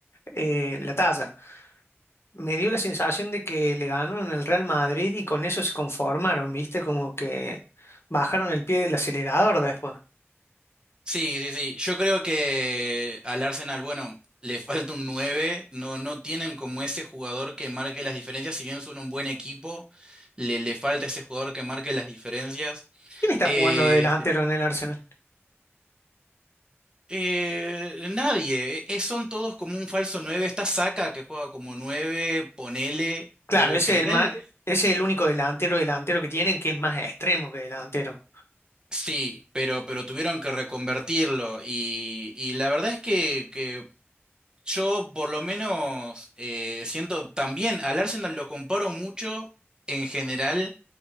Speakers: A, on the left; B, on the right.
A: eh, la talla. Me dio la sensación de que le ganaron el Real Madrid y con eso se conformaron, ¿viste? Como que bajaron el pie del acelerador después.
B: Sí, sí, sí, yo creo que al Arsenal, bueno, le falta un 9, no, no tienen como ese jugador que marque las diferencias, si bien son un buen equipo, le, le falta ese jugador que marque las diferencias.
A: ¿Quién está
B: eh,
A: jugando de delantero
B: este,
A: en el Arsenal?
B: Eh, nadie, eh, son todos como un falso nueve Está Saka que juega como 9 ponele,
A: Claro,
B: pero en
A: ese
B: general
A: es el ma- ese es el único delantero delantero que tienen que es más extremo que delantero.
B: sí, pero, pero tuvieron que reconvertirlo. Y, y la verdad es que, que yo por lo menos eh, siento también, al Arsenal lo comparo mucho en general.